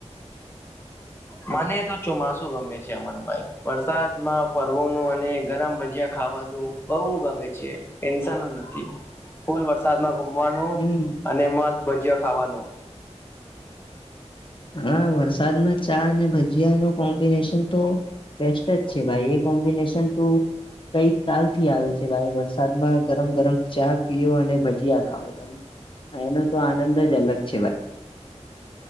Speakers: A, on the left; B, on the left.
A: મને તો ચોમાસુ ગમે છે અમનભાઈ વરસાદમાં ફરવાનું અને ગરમ ભજીયા ખવા બ ગમે છે નથી ફૂલ વરસાદમાં ઘુમવાનું
B: હમ
A: અને મસ્ત ભજીયા ખાવાનું
B: હા વરસાદમાં ચા અને ભજીયા ન કોમ્બિનેશન તો બેસ્ટ જ છે ભાઈ એ કોમ્બિનેશન તું કઈ કલ થી આવે છે ભાઈ વરસાદમાં ગરમ ગરમ ચા પીઓ અને ભજીયા ખાવ ત હા એનો તો આનંદ જ અલગ છે ભાઈ